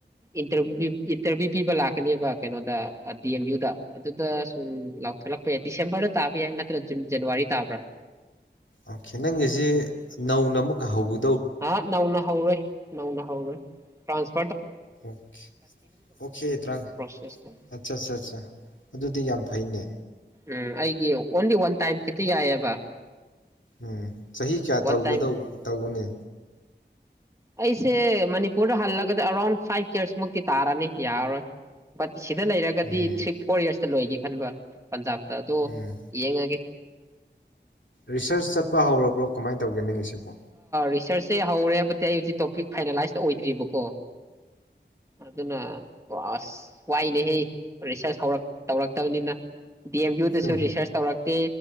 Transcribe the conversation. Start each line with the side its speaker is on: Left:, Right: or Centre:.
Right: ꯏꯟꯇꯔꯕꯌ꯭ꯨꯒꯤꯞ ꯏꯟꯇꯔꯕꯌ꯭ꯨ ꯄꯤꯕ ꯂꯥꯛꯀꯅꯦꯕ ꯀꯩꯅꯣꯗ ꯗꯤ ꯑꯦꯝ ꯌꯨꯗ ꯑꯗꯨꯗ ꯁꯨꯝ ꯂꯥꯎꯊꯣꯂꯛꯄ ꯌꯥꯏ ꯗꯤꯁꯦꯝꯕꯔꯗ ꯇꯥꯕ ꯌꯥꯏ ꯅꯠꯇ꯭ꯔ ꯖꯟ ꯖꯅꯋꯥꯔꯤ ꯇꯥꯕ꯭ꯔꯥ
Left: ꯑꯣ ꯈꯦ ꯅꯪꯒꯤꯁꯤ ꯅꯧꯅ ꯑꯃꯨꯛꯀ ꯍꯧꯕ
Right: ꯑ ꯅꯧꯅ ꯍꯧꯔꯦ ꯅꯧꯅ ꯍꯧꯒꯔ꯭ꯦ ꯇ꯭ꯔꯥꯟꯁ
Left: ꯑꯣ ꯑꯣꯀꯦ ꯇꯔꯥ
Right: ꯄ꯭ꯔꯣꯁꯦꯁꯇꯣ
Left: ꯑꯠꯆꯥ ꯑꯠꯆꯥ ꯑꯗꯨꯗꯤ ꯌꯥꯝ ꯐꯩꯅꯦ
Right: ꯎꯝ ꯑꯩꯒꯤ ꯑꯣꯟꯂꯤ ꯋꯥꯟ ꯇꯥꯏꯝ ꯈꯤꯇ ꯌꯥꯏꯑꯕ
Left: ꯎꯝ ꯆꯍꯤ ꯀꯌꯥ
Right: ꯋꯥꯟ
Left: ꯇꯧꯒꯗꯧ
Right: ꯇꯥꯏꯝ
Left: ꯇꯧꯒꯅꯤ
Right: ꯑꯩꯁꯦ ꯃꯅꯤꯄꯨꯔꯗ ꯍꯜꯂꯒꯗꯤ ꯑꯔꯥꯎꯟ ꯐꯥꯏꯚ ꯏꯔꯁ ꯃꯨꯛꯇꯤ ꯇꯥꯔꯅꯤ ꯌꯥꯔꯔꯣꯏ ꯕꯠ ꯁꯤꯗ ꯂꯩꯔꯒꯗꯤ
Left: ꯎꯝ
Right: ꯊ꯭ꯔꯤ ꯐꯣꯔ ꯌꯔꯁꯇ ꯂꯣꯏꯒꯦ ꯈꯟꯕ ꯄꯟꯖꯥꯕꯇ ꯑꯗꯣ
Left: ꯎꯝ
Right: ꯌꯦꯡꯉꯒꯦ
Left: ꯔꯤꯁꯔꯁ ꯆꯠꯄ ꯍꯧꯔꯕ꯭ꯔꯣ ꯀꯃꯥꯏꯅ ꯇꯧꯒꯦ ꯅꯪꯒꯤꯁꯤꯕꯣ
Right: ꯔꯤꯁꯔꯁꯦ ꯍꯧꯔꯦ ꯍꯥꯏꯕꯗꯤ ꯑꯩ ꯍꯧꯖꯤꯛ ꯇꯣꯄꯤꯛ ꯐꯥꯏꯅꯦꯂꯥꯏꯁꯇ ꯑꯣꯏꯗ꯭ꯔꯤꯕꯀꯣ ꯑꯗꯨꯅ ꯑꯣ ꯑꯁ ꯋꯥꯏꯅꯦꯍꯦ ꯔꯤꯁꯔꯁ ꯍꯧꯔꯛ ꯇꯧꯔꯛꯇꯕꯅꯤꯅ ꯗꯤ ꯑꯦꯝ ꯌꯨꯗꯁꯨ
Left: ꯎꯝ
Right: ꯔꯤꯁꯔꯁ ꯇꯧꯔꯛꯇꯦ